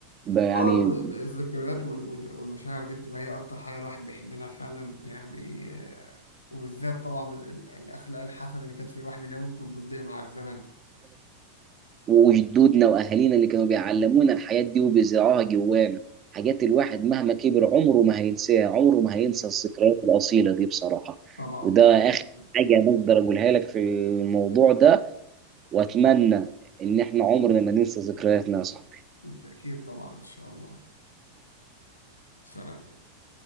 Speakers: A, on the right; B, on the left.
A: ب- يعني
B: آه، ال- ال- الذكريات وال- وال- والمشاعر دي بتبقى هي اكتر حاجه الواحد بيحن لها فعلا يعني آه، وبالذات طبعا ال- ال- الاخلاق الحسنه اللي كانت في الواحد اللي ممكن بتضيع مع الزمن
A: وجدودنا واهالينا اللي كانوا بيعلمونا الحاجات دي وبيزرعوها جوانا حاجات الواحد مهما كبر عمره ما هينساها عمره ما هينسى الذكريات الاصيله دي بصراحه
B: طبعا
A: وده
B: بالظبط.
A: اخر حاجه أنا اقدر اقولها لك في الموضوع ده واتمنى ان احنا عمرنا ما ننسى ذكرياتنا يا صاحبي
B: بالتاكيد طبعا ان شاء الله سلام